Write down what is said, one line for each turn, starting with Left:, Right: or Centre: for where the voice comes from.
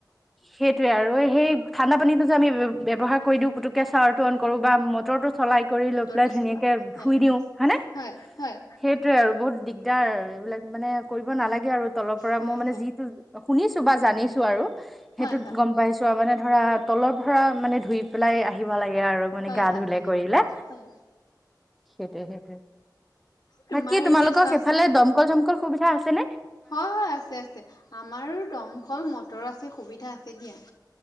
Centre: সেইটো আৰু সেই ঠাণ্ডা পানীতো যে আমি ব্যৱহাৰ কৰি দিওঁ পুতুককে চাৱাৰ টো অন কৰো বা মটৰো চলাই কৰি
Left: মটৰটো
Centre: লৈ পেলাই ধুনীয়াকে
Left: চলোৱা হয়
Centre: ধুই দিও হয়নে
Left: হয় হয়
Centre: সেইটোয়ে আৰু বহুত দিগদাৰ এইবিলাক মানে কৰিব নালাগে আৰু তলৰ পৰা
Left: হয়
Centre: মই মানে
Left: হয়
Centre: যিটো শুনিছো বা জানিছো আৰু সেইটোত
Left: হয় হয়
Centre: গম পাইছো আৰু মানে ধৰা তলৰ পৰা মানে ধুই পেলাই আহিব লাগে আৰু মানে
Left: হয়
Centre: গা
Left: হয়
Centre: ধুলে
Left: হয়
Centre: কৰিলে
Left: হয়
Centre: সেইটে সেইটে
Left: তোমাৰ
Centre: বাকী
Left: এতিয়া
Centre: তোমালোকৰ
Left: চোৱাচোন
Centre: সেইফালে দমকল চমকল সুবিধা আছে নে
Left: হয় হয় আছে আছে আমাৰ দমকল মটৰ আছে সুবিধা আছে দিয়া